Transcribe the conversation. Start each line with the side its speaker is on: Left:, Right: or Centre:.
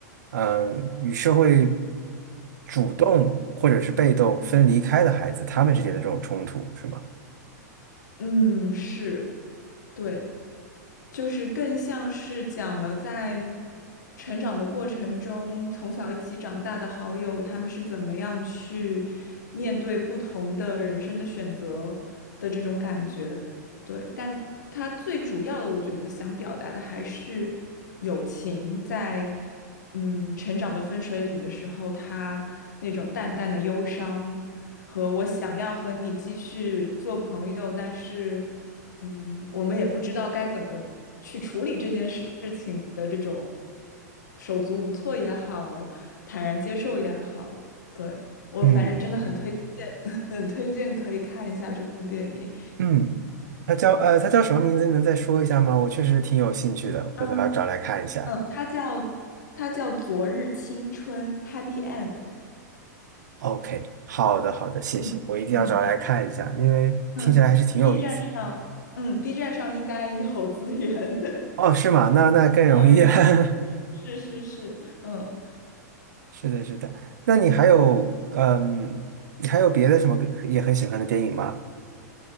Right: 嗯与社会主动或者是被动分离开的孩子，他们之间的这种冲突是吗？
Left: 嗯，是对，就是更像是讲了在成长的过程中，从小一起长大的好友，他们是怎么样去面对不同的人生的选择的这种感觉。对，但他最主要的，我觉得想表达的还是友情在嗯成长的分水岭的时候，他那种淡淡的忧伤，和我想要和你继续做朋友，但是，嗯，我们也不知道该怎么去处理这件事情的这种手足无措也好，坦然接受也好，对，我反正真的很推荐，
Right: 嗯
Left: <laughs> 很推荐可以看一下这部电影。
Right: 嗯，他叫呃他叫什么名字？你能再说一下吗？我确实挺有兴趣的，回头要找来看一下。
Left: 嗯嗯，它叫它叫《昨日青春》（Happy End）。
Right: OK，好的好的，谢谢，
Left: 嗯嗯
Right: 我一定要找来看一下，因为听起来还是挺有意思的。
Left: 嗯，B 站上，嗯，B 站上应该有资源。
Right: 哦，是吗？那那更容易啊。
Left: <laughs> 嗯，
Right: <laughs>
Left: 是是是，嗯
Right: 是的，是的。那你还有，嗯，你还有别的什么也很喜欢的电影吗？